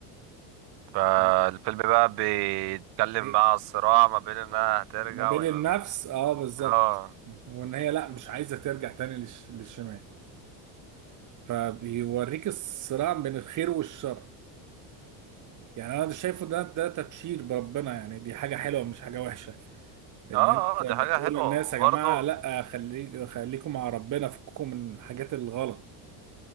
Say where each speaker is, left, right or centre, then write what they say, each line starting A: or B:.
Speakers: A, on the right; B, on the right.
A: فالفيلم
B: يعني
A: بقى بيتكلم
B: إيه؟
A: بقى على الصراع ما بين انها هترجع
B: ما بين
A: ويبقى
B: النفس
A: في...
B: اه بالظبط
A: اه
B: وان هي لا مش عايزه ترجع تاني للش... للشمال فبيوريك الصراع بين الخير والشر يعني انا ده شايفه ده ده تبشير بربنا يعني دي حاجه حلوه مش حاجه وحشه ان
A: اه
B: انت
A: اه
B: بتقول
A: دي حاجة حلوة
B: للناس يا
A: وبرضه
B: جماعه لا خليك خليكم مع ربنا فككم من الحاجات الغلط